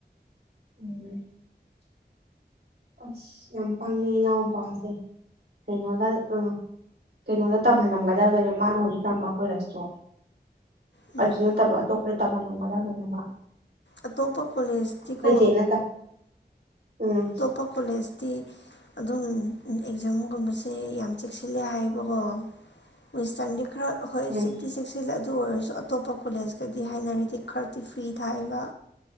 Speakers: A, on the right; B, on the left.
A: ꯎꯝ ꯑꯁ ꯌꯥꯝ ꯄꯪꯉꯦ ꯏꯅꯥꯎꯄꯥꯁꯦ ꯀꯩꯅꯣꯅ ꯑꯥ ꯀꯩꯅꯣꯗ ꯇꯝꯍꯜꯂꯝꯒꯗꯕꯅꯦ ꯃꯥꯅ ꯍꯧꯖꯤꯛ ꯇꯝꯕ ꯀꯣꯂꯦꯁꯇꯣ
B: ꯎꯝ
A: ꯑꯖꯨ ꯅꯠꯇꯕ ꯑꯇꯣꯞꯄꯗ ꯇꯝꯍꯜꯂꯝꯒꯗꯕꯅꯦꯕ
B: ꯑꯇꯣꯞꯄ ꯀꯣꯂꯦꯖꯇꯤꯀꯣ
A: ꯑꯩꯈꯣꯏ ꯆꯦꯅ ꯇꯝ ꯎꯝ
B: ꯇꯣꯞꯄ ꯀꯣꯂꯦꯖꯇꯤ ꯑꯗꯨꯝ ꯑꯦꯛꯖꯥꯝꯒꯨꯝꯕꯁꯦ ꯌꯥꯝ ꯆꯦꯛꯁꯤꯜꯂꯦ ꯍꯥꯏꯌꯦꯕꯀꯣ ꯋꯦꯏꯇꯟꯗꯤ ꯈ꯭ꯔ ꯍ‌ꯣꯏ
A: ꯎꯝ
B: ꯆꯤꯛꯇꯤ ꯆꯤꯛ ꯑꯗꯨ ꯑꯣꯏꯔꯁꯨ ꯑꯇꯣꯞꯄ ꯀꯣꯂꯦꯖꯀꯗꯤ ꯍꯥꯏꯅꯔꯤꯗꯤ ꯈꯔꯗꯤ ꯐ꯭ꯔꯤ ꯊꯥꯏꯕ